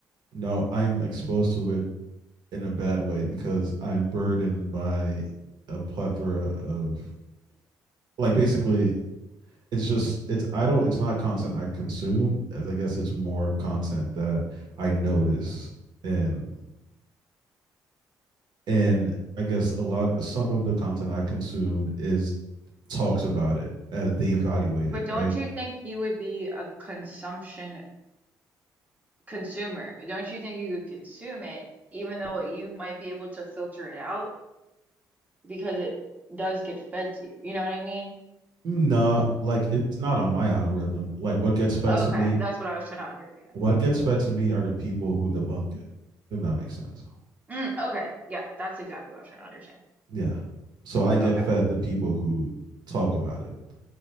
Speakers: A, on the right; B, on the right.
A: No, I'm exposed to it in a bad way because I'm burdened by a plethora of like basically it's just it's I don't it's not content I consume as I guess it's more content that I notice and and I guess a lot some of the content I consume is talks about it as they evaluate
B: but
A: it,
B: don't
A: right?
B: you think you would be a consumption consumer? Don't you think you could consume it, even though you might be able to filter it out because it does get fed to you? You know what I mean?
A: No, like it's not on my algorithm. Like what gets fed
B: Okay,
A: to me,
B: that's what I was trying to understand.
A: what gets fed to me are the people who debunk it, if that makes sense.
B: Mm, okay, yeah, that's exactly what I was trying to understand.
A: Yeah. So I get
B: Okay.
A: fed the people who talk about it.